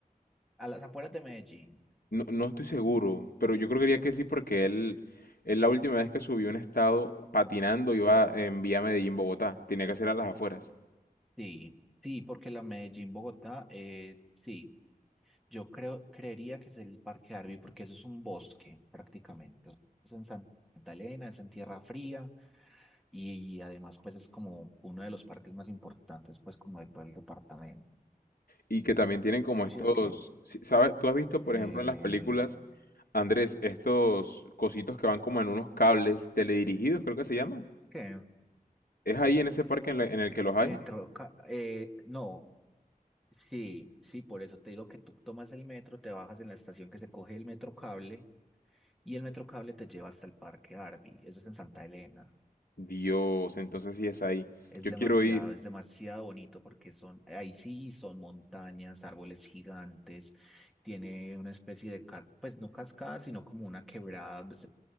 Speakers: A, in the centre; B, on the left.
A: a las afueras de Medellín.
B: No, no estoy seguro, pero yo creo que sí porque él, él la última vez que subió un estado patinando iba en vía Medellín, Bogotá. Tenía que ser a las afueras.
A: Sí, sí, porque la Medellín-Bogotá es, sí. Yo creo, creería que es el Parque Arví, porque eso es un bosque prácticamente. Es en Santa Elena, es en tierra fría y, además pues es como uno de los parques más importantes pues como de todo el departamento.
B: Y que también tienen como estos,
A: Sí, ok.
B: si- ¿sabes? ¿Tú has visto, por
A: Eh,
B: ejemplo, en las películas? Andrés, estos cositos que van como en unos cables teledirigidos, creo que se llaman.
A: ¿qué?
B: ¿Es ahí en ese parque en, la- en el que los hay?
A: Metro, ca- eh, no, sí, sí, por eso te digo que tú tomas el metro, te bajas en la estación que se coge el metro cable y el metro cable te lleva hasta el Parque Arví. Eso es en Santa Elena.
B: Dios, entonces sí es ahí.
A: Es
B: Yo
A: demasiado,
B: quiero ir.
A: es demasiado bonito porque son, ahí sí son montañas, árboles gigantes, tiene una especie de, cas- pues no cascada, sino como una quebrada donde se,